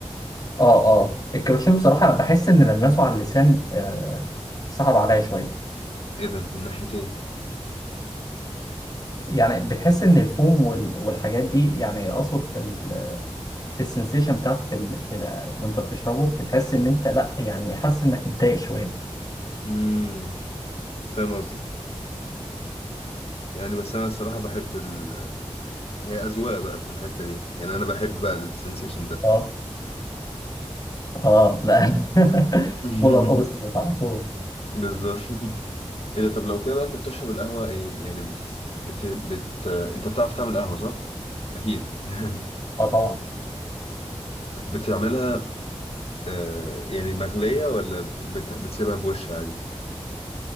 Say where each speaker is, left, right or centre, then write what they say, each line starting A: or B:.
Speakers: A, on the left; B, on the left.
A: اه اه الكابتشينو بصراحة بحس ان ملمسه على اللسان آه صعب عليا شوية
B: ايه ده من ناحيه ايه
A: يعني بتحس ان الفوم وال- والحاجات دي يعني اقصد في ال... في السنسيشن بتاعته في ال... في ال... وانت بتشربه بتحس ان انت لا يعني حاسس انك متضايق شوية
B: امم فاهم قصدك يعني بس انا الصراحه بحب ال... هي اذواق بقى في الحته دي يعني انا بحب بقى السنسيشن ده
A: اه اه لا <laughs>
B: <laughs>
A: بولر اوبزيت على طول
B: بالظبط ايه ده طب لو كده بقى انت بتشرب القهوة ايه يعني بتس... بت... بت... انت بتعرف تعمل قهوة صح؟ اكيد <laughs>
A: اه طبعا
B: بتعملها آه يعني مغلية ولا بت... بتسيبها بوش عادي؟